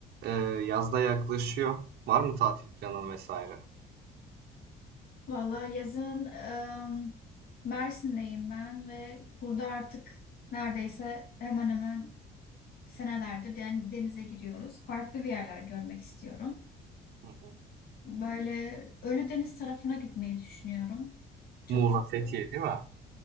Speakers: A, on the right (about 65°); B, on the left (about 60°).
A: Eee, yaz yaklaşıyor. Var mı tatil planın vesaire?
B: Valla yazın em, Mersin'deyim ben ve burada artık neredeyse hemen hemen senelerdir den- denize giriyoruz. Farklı bir yerler görmek istiyorum.
A: Hı hı.
B: Böyle Ölüdeniz tarafına gitmeyi düşünüyorum. Çok
A: Muğla, Fethiye
B: e,
A: değil mi?